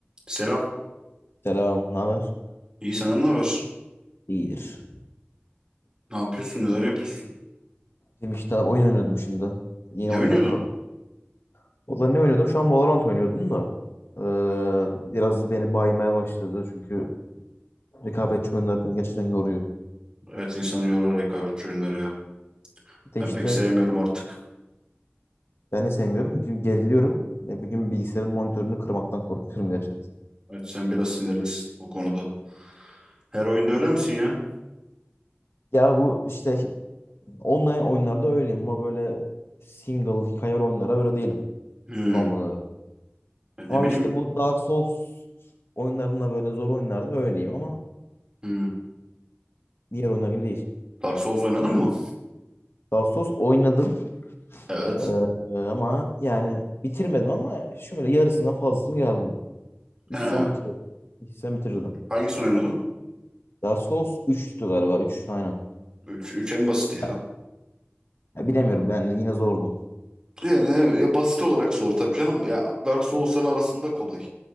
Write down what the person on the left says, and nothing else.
Selam, ne haber?
İyidir.
Benim işte oyun oynuyordum şimdi. Yeni
oyundan
kalktım. Valla ne oynuyordum? Şu an Valorant oynuyordum da. Ee,
biraz beni baymaya başladı. Çünkü rekabetçi oyunlar beni gerçekten yoruyor.
Bir de
işte
ben de sevmiyorum. Çünkü geriliyorum. Ve bir gün bilgisayarın monitörünü kırmaktan korkuyorum gerçekten.
Ya bu işte online oyunlarda öyleyim ama böyle single hikaye oyunlara öyle değilim
normal olarak.
Ama
işte bu Dark Souls oyunlarında böyle zor oyunlarda öyleyim ama
diğer oyunlar gibi değil.
Darsos oynadım
Ee, ama yani bitirmedim ama şöyle yarısından fazlasını geldim. İçsem
bitirirdim. İçsem bitirirdim.
Dark Souls 3'tü galiba 3 aynen.
Ha, ya bilemiyorum ben yine zordu.